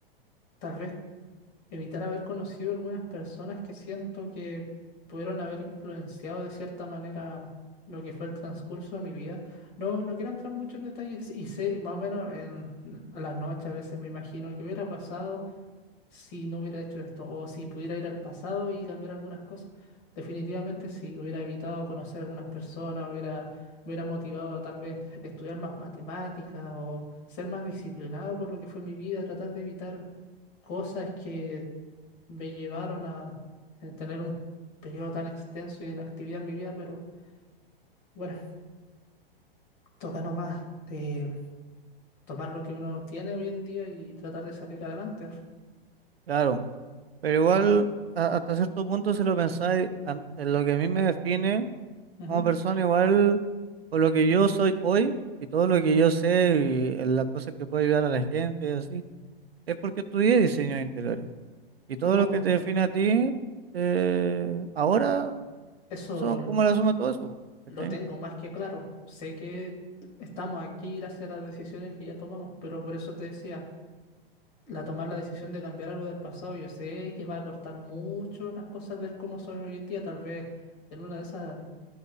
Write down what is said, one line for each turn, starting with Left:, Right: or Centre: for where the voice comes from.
Left: tal vez evitar haber conocido algunas personas que siento que pudieron haber influenciado de cierta manera lo que fue el transcurso de mi vida. No, no quiero entrar mucho en detalles y sé más o menos en a las noches a veces me imagino que hubiera pasado si no hubiera hecho esto, o si pudiera ir al pasado y cambiar algunas cosas, definitivamente sí, hubiera evitado conocer a algunas personas, hubiera, me hubiera motivado a tal vez estudiar más matemáticas o ser más disciplinado con lo que fue mi vida, tratar de evitar cosas que me llevaron a eh, tener un periodo tan extenso y de inactividad en mi vida, pero bueno, toca nomás eh, tomar lo que uno tiene hoy en día y tratar de salir adelante.
Right: Claro, pero igual a- hasta cierto punto si lo pensáis, a- en lo que a mí me define
Left: Ujú.
Right: como persona, igual por lo que yo soy hoy y todo lo que yo sé y en las cosas que puedo ayudar a la gente y así, es porque estudié diseño de interiores. Y todo
Left: No,
Right: lo que te define a ti eh, ahora
Left: eso
Right: son como la suma de todo eso, po,
Left: Lo
Right: ¿cachai?
Left: tengo más que claro. Sé que estamos aquí gracias a las decisiones que ya tomamos, pero por eso te decía, la tomar la decisión de cambiar algo del pasado, yo sé que va a cortar mucho las cosas del cómo son hoy en día. Tal vez en una de esas,